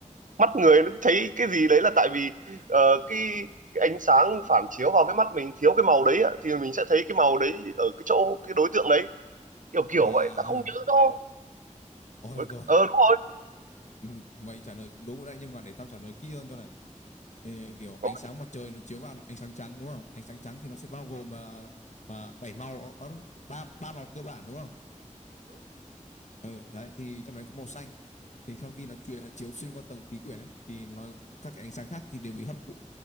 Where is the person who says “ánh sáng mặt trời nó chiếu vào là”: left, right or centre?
Left